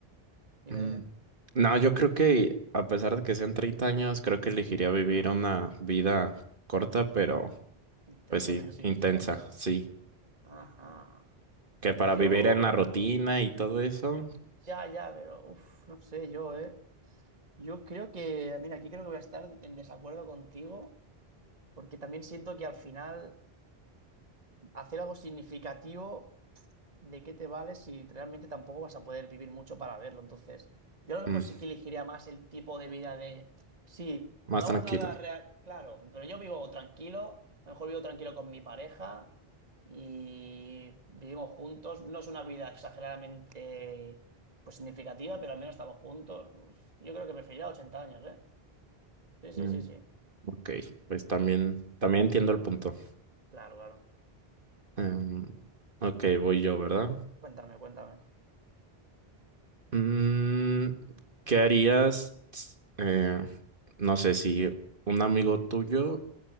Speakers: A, on the right; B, on the right.
A: Dime,
B: mm,
A: dime.
B: no, yo creo que a pesar de que sean 30 años, creo que elegiría vivir
A: Ujú.
B: una vida corta, pero
A: Intensamente
B: Pues sí,
A: significativa.
B: intensa, sí.
A: Ajá.
B: Que para
A: Yo,
B: vivir en la rutina y todo eso,
A: ya, ya, pero, uff, no sé, yo, ¿eh? Yo creo que, mira, aquí creo que voy a estar en desacuerdo contigo, porque también siento que al final hacer algo significativo. ¿de qué te vale si realmente tampoco vas a poder vivir mucho para verlo? Entonces, yo a lo
B: mm,
A: mejor sí que elegiría más el tipo de vida de, sí,
B: más
A: no hago
B: tranquila.
A: nada real, claro, pero yo vivo tranquilo, a lo mejor vivo tranquilo con mi pareja y vivimos juntos, no es una vida exageradamente, pues significativa, pero al menos estamos juntos. Uf, yo creo que preferiría 80 años, ¿eh? Sí,
B: Mm,
A: sí, sí, sí,
B: ok, pues también, también entiendo el punto.
A: claro, claro.
B: Em, ok, voy yo, ¿verdad?
A: Cuéntame, cuéntame.
B: Mm, ¿qué harías?
A: Eso.
B: s- eh, no sé si un amigo tuyo